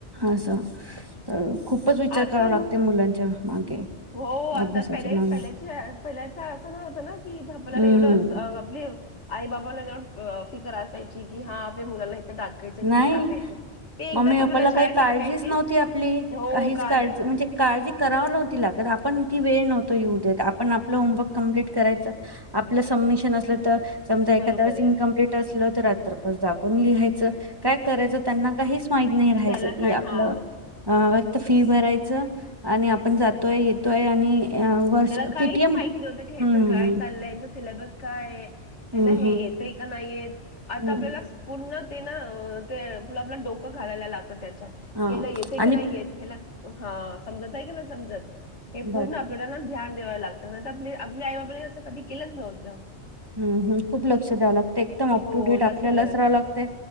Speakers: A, on the right; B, on the left.
A: असं तर खूपच विचार
B: आजकाल
A: करावा लागते
B: मुल
A: मुलांच्या मागे
B: हो आता
A: अभ्यासाच्या
B: पहिल्या
A: मागे
B: पहिल्या पहिल्याच असं ना होत ना की आपल्याला
A: हम्म
B: एवढं आपली आई बाबाला जण फिकर असायची की हा मुथ टाकायच तिथ
A: नाही
B: टाकायचं ते एकदा
A: मम्मी
B: आपल्याला
A: पप्पाला
B: शाळेत
A: काही काळजीच
B: टाकाय
A: नव्हती आपली
B: हो
A: काहीच
B: काळजीच
A: काळजी
B: नव्हती
A: म्हणजे काळजी कराव नवती लागत आपण ती वेळ नव्हतो ये उद्याेत आपण आपलं होमवर्क कमप्लीट करायचं आपलं समिशन अस समजा एखास
B: बरोबर
A: इनकमप्लीट
B: आहे
A: असलं तर रात्रर जागून लिहायचं काय करायचं त्यांना काहीच माहत नाही राहायचं
B: त्याला
A: की
B: काय
A: आपलं
B: हा
A: अ फक्त फी भरायचं आणि आपण जातोय येतोय आणि अ, वर्ष
B: त्याला काहीच
A: पीटीएम
B: माहिती नव्हतं की हचं
A: हम्म
B: काय चाललंय हचचा सिलेबस काय हे
A: हम्म
B: ना हे
A: हम्म
B: येतय का नाहीयेत आता
A: हम्म
B: आपल्याला
A: हम्म.
B: पूर्ण ते ना ते प आपला डोकं घालायला लागत त्याच्यात
A: हा
B: केला येते
A: आणि
B: का नाही समजत आहे की नाही समजत हे पूर्ण
A: बरं
B: आपल्याला ध्यान द्यावायला लागतं आप आपल्या आई बाबानी जं कधी केलंच नव्हतं
A: ह ह खूप लक्ष द्याव लागतते एकदम अप
B: हो,
A: टू डेट
B: लक्ष
A: आपल्यालाच
B: द्यायला
A: राहाव लाग ते